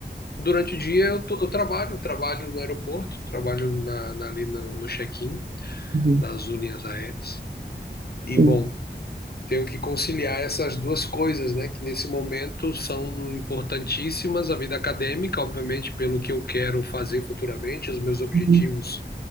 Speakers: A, on the left; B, on the right.
A: Durante o dia eu, tô- eu trabalho, trabalho no aeroporto, trabalho na, na- ali no, no check-in
B: uhum,
A: das Azul Linhas Aéreas. E,
B: uhum,
A: bom, tenho que conciliar essas duas coisas, né? Que nesse momento são importantíssimas, a vida acadêmica, obviamente, pelo que eu quero fazer futuramente, os meus objetivos
B: uhum,